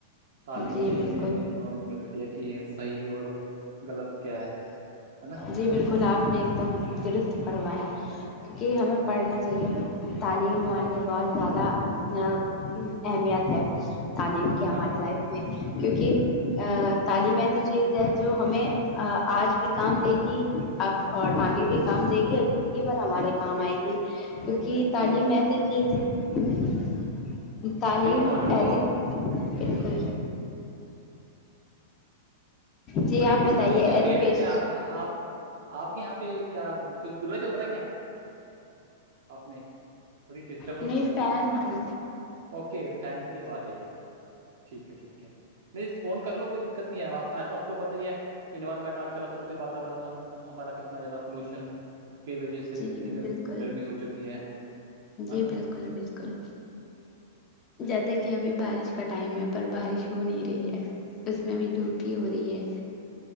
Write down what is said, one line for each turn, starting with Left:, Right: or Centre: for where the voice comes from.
Right: تعلیم
Left: جی
Right: سے ہی
Left: بالکل
Right: میں نالج ملک ہے کہ یہ صحیح اور غلط کیا ہے اچا
Left: جی بالکل آپ نے ایک دم درست پڑھوایا کیونکہ ہمیں پڑھنا
Right: جی
Left: چاہیے تعلیم والےے بہت زیادہ اہمیت تعلیم کی ہماری
Right: ہم
Left: لائف کیونکہ تعلیم ایسی چیز ہے جو ہمیں آج بھی کام دے گی اب اور آگے بھی کام دے گی اور زندگی بھر ہمارے کام آئے گی کیونکہ
Right: جی
Left: تعلیم
Right: جی
Left: ایسے
Right: جی
Left: کی تھی تعلیم
Right: صحیح فرما رہے ہو
Left: ای
Right: آپ
Left: بالکل
Right: ہاں جی
Left: جی
Right: بڑی
Left: آپ
Right: ڈسٹربنس
Left: بتائیے
Right: ہو
Left: ایجوکیش
Right: رہی ہے کیا آپ آپ کے یہاں پہ کیا ک کلا چل رہا ہے کیا اپنے بڑی ڈسٹربنس
Left: نہیں
Right: ہو رہی
Left: فین
Right: ہے
Left: ہو
Right: اوکے فین کی آج جائیے <inaudible> ٹھیک ہے ٹھیک ہے نہیں آون کر لو کوئی دقت نہیں ہے آپ آج تو آپ کو پتہ ہی ہے انوائرمنٹ آج کل آپ کو پت واورن ہمارا کتنا زیادہ پولوشن ہو کی وجہ سے
Left: جی
Right: کتنی گرمی
Left: بالکل
Right: گرمی ہو چکی ہے ہے
Left: جی
Right: نا
Left: بالکل بالکل جیسے
Right: جی
Left: کہ ابھی بارش کا ٹائم ہے پر بارش ہو نہیں رہی ہے اس میں بھی دھوپی ہو رہی ہے